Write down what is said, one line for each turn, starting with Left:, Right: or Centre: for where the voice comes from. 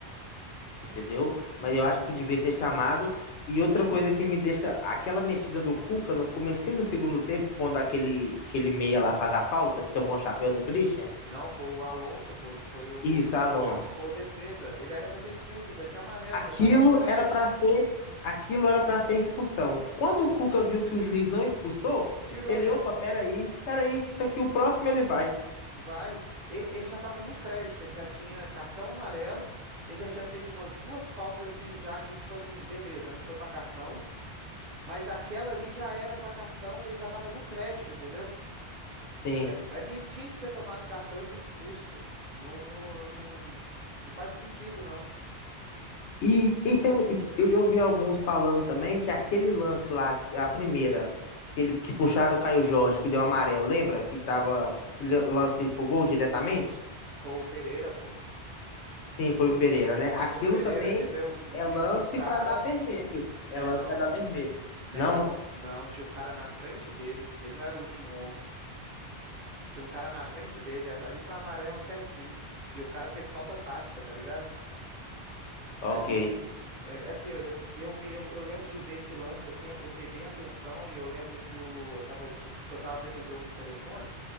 Left: entendeu? Mas eu acho que devia ter chamado. E outra coisa que me deixa, aquela mexida do Cuca no comecinho do segundo tempo, quando aquele, aquele meia lá faz a falta, que tomou o chapéu do Christian,
Right: Não, foi o Alonso, pô, foi o,
Left: isso, Alonso.
Right: foi o, foi o defesa. Ele era pra ser expulso, ele já tinha amarelo,
Left: Aquilo
Right: já tava no crédito.
Left: era pra ser, aquilo era para ser expulsão. Quando o Cuca viu que o juiz não expulsou,
Right: Tirou
Left: ele,
Right: ele.
Left: opa, peraí, peraí,
Right: Uhum.
Left: que isso aqui o próximo ele vai.
Right: Vai. Ele, ele já estava no crédito, ele já tinha cartão amarelo, ele já tinha feito umas duas faltas assim, já que, tipo assim, beleza, não foi para cartão, mas aquela ali já era para cartão e ele já estava no crédito, entendeu?
Left: Sim.
Right: Ali, ali tinha que ter tomado cartão e sido expulso, pô. Não, não, não, não faz sentido, não.
Left: E, e tem, eu já ouvi alguns falando também que aquele lance lá, a primeira, que ele, que puxaram o Caio Jorge, que deu amarelo, lembra? Que tava le- lance pro gol diretamente?
Right: Pô, o Pereira, pô.
Left: Sim, foi o Pereira,
Right: Foi
Left: né?
Right: o
Left: Aquilo
Right: Matheus Pereira
Left: também
Right: que deu um, um
Left: é
Right: drible
Left: lance
Right: no cara.
Left: pra dar vermelho. É
Right: Né,
Left: lance
Right: não.
Left: pra dar vermelho.
Right: Né,
Left: Não?
Right: não. Não, tinha um cara na frente dele. Ele não era o último homem. Tinha um cara na frente dele, ali foi amarelo certinho. E o cara fez falta tática, tá ligado?
Left: Ok,
Right: Ali, é, assim, eu, eu vi, eu, eu lembro de ver esse lance assim, eu prestei bem atenção e eu lembro que o, eu tava, esc- tipo, que eu tava vendo o jogo no telefone